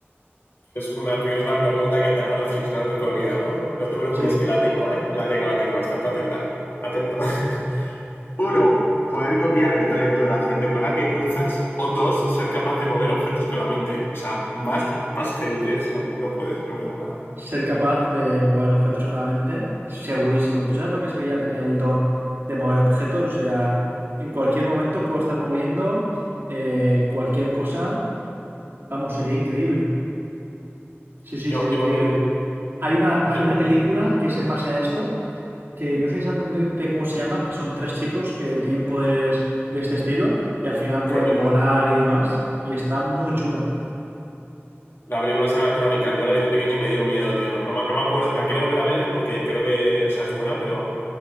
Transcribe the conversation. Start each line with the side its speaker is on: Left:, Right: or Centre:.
Left: Es una, tú quieres una pregunta que te haga reflexionar de por vida, ¿no? No te preocupes
Right: Sí.
Left: que la tengo, ¿eh? La tengo, la tengo. Estate atenta. Atento. <laughs> Uno, poder copiar el talento de la gente con la que cruzas. O dos, ser capaz de mover objetos con la mente. O sea, más, más heavy que eso, no puedes, no puedes nada.
Right: Ser capaz de mover objetos con la mente, segurísimo. ¿Tú sabes lo que sería tener el don de mover objetos? O sea, en cualquier momento puedo estar moviendo eh, cualquier cosa. Vamos, sería increíble. Sí, sí,
Left: Yo,
Right: sería
Left: yo
Right: increíble.
Left: me vi...
Right: Hay una, hay
Left: yo,
Right: una película que es en base a esto, que no sé exactamente cómo se llama, que son tres chicos que tienen poderes de este estilo y al final pueden
Left: Chronicle.
Right: volar y demás. Y está muy chula.
Left: La película se llama Chronicle. Yo la vi de pequeño y me dio miedo, tío. No, no me acuerdo. La quiero volver a ver porque creo que, o sea, es buena, pero